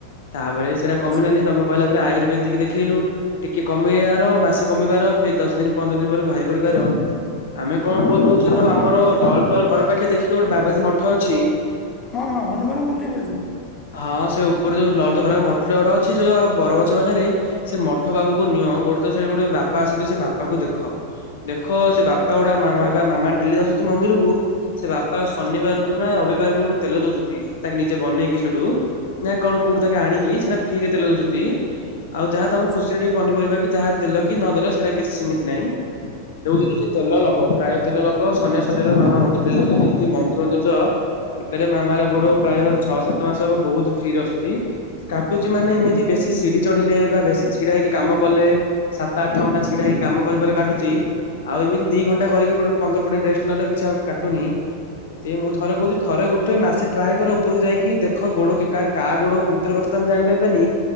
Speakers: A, on the left; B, on the left.
A: ତାପରେ ସେଇଟା
B: ଆଚ୍ଛା
A: କମିଲାନି ତମକ୍ କହିଲା ପରେ ଆୟୁର୍ବେଦିକ ଦେଖେଇଲୁ। ଟିକେ କମେଇବାର ମାସେ କମିବାର ଫି ଦଶ ଦିନ ପନ୍ଦର ଦିନ ପରେ ଭାରି ପଡିବାର ଆମେ କଣ କଲୁ ସେ ଯୋଉ ଆମର <unintelligible> ତଲ ଘର ପାଖେ ଦେଖି ଗୋଟେ ବାବାଜୀ ମଠ ଅଛି
B: ହଁ ହଁ ହନୁମାନ ମନ୍ଦିରରେ ଯୋଉ।
A: ହଁ ସେ ଉପରେ ଯୋଉ ଲତ <unintelligible> ମଠୁରା ଗଡା ଅଛି <unintelligible> <unintelligible> ବରଗଛ ପାଖରେ ସେ ମଠ ପାଖକୁ ନିଅ ଗୋଟେ <unintelligible> ସେଠି ଗୋଟେ ବାପା ଆସନ୍ତି ସେ ବାପାକୁ ଦେଖ ଦେଖ ସେ ବା <unintelligible> ଗୁଡା ମାମା ଏଗା ମାମା ଡେଲି ଆସୁଚି ମନ୍ଦିରକୁ ସେ ବାପା
B: ଆଚ୍ଛା
A: ଶନିବାରୁ- କୁ ନା ରବିବାରକୁ ଗୋଟେ ତେଲ ଦଉଚନ୍ତି ତାଙ୍କେ ନିଜେ ବନେଇକି ସେଠୁ ନାଇଁ କଣ କୋଉଠୁ ତାଙ୍କେ ଆଣିକି ସେଇଟା ଫିରେ ତେଲ <unintelligible> ଆଉ ଯାହା ତମ
B: ଆଚ୍ଛା
A: ଖୁସିରେ ଟିକେ ପନିପରିବା କି ଯାହା ଦେଲ କି ନଦେଲ ସେଇଟା କିଛି ସିମିତି ନାଇଁ <unintelligible> ତେଲ ଲଗ ପ୍ରାୟ ତେଲ ଲଗ ସନାସନିର ମାମା ମନ୍ଦିର <inaudible> ଯଦି ମନ୍ଦିର ମନ୍ଦିର ଯଅ ଏପାରେ ମାମାର ଗୋଡ ପ୍ରାୟ ଛଅ ସାତ ମାସ ହବ ବହୁତ ଫ୍ରିରେ ଅଛନ୍ତି। କାଟୁଚି ମାନେ
B: ହଁ
A: ଏମିତି ବେଶୀ ସିଢି ଚଡିଲେ ବା ବେଶୀ ଛିଡା ହେଇକି କାମ କଲେ ସାତ ଆଠ ଘଣ୍ଟା ଛିଡା ହେଇ କାମ କରିବାରେ କାଟୁଚି ଆଉ ଏମତି ଦି ଘଣ୍ଟା କରିକି ଗୋଟେ ପନ୍ଦର କୋଡିଏ ରେଷ୍ଟ ନେଲେ କିଛି ଆଉ କାଟୁନି। ସେଥି ମୁଁ ଥରେ କହୁଚି ଥରେ ଗୋଟେ ମାସେ ଟ୍ରାଏ କର ଉପରକୁ ଯାଇକି ଦେଖ ଗୋଡ କେ କା କା ଗୋଡ ଭିତର କଥା ତ ଆମେ ଜାଣିପାରିବା